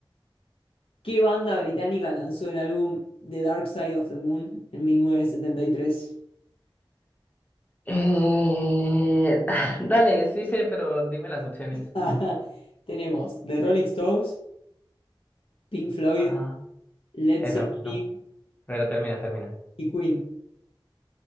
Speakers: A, on the left (about 85°); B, on the left (about 20°).
A: ¿Qué banda británica lanzó el álbum The Dark Side of the Moon en 1973?
B: Eh, <laughs> dale, sí sé, pero dime las opciones.
A: <laughs> Tenemos The Rolling Stones, Pink Floyd,
B: Ajá.
A: Led
B: Eso,
A: Zeppelin
B: no. Pero termina, termina.
A: y Queen.